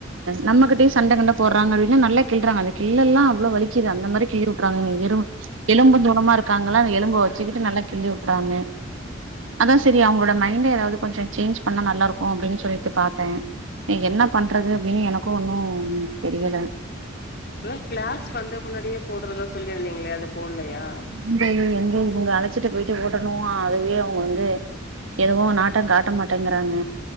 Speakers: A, on the right; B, on the left.
A: நம்மகிட்டயு சண்ட கிண்ட போடுறாங்கல நல்ல கிள்ளிறாங்க அந்த கிள்ளல்லா அவ்ளோ வலிக்குது அந்த மாரி கிள்ளிவுற்றாங்க வெறு எலும்பு தோல் ம்மா இருக்காங்கல்ல அந்த எலும்ப வச்சுக்கிட்டு நல்லா கிள்ளி வுட்டுறாங்க அதான் செரி அவுங்களோட மைண்ட் ஏதாவது கொஞ்சம் சேஞ்ச் பண்ணா நல்லா இருக்கும் அப்பிடின்னு சொல்லிட்டு பாத்தேன் நீ என்ன பண்றது அப்பிடின்னு எனக்கும் ஒன்னும் தெரியல
B: இப்ப தா கிளாஸ் வந்து முன்னாடியே போடுறதா சொல்லிருந்தீங்களே அது போட்லையா
A: ம் எங்க உங்க அழைச்சிட்டு போய் ட்டு ஓடணு அதுவே அவுங்க வந்து எதுவோ நாட்டோ காட்ட மாட்டேங்கிறாங்க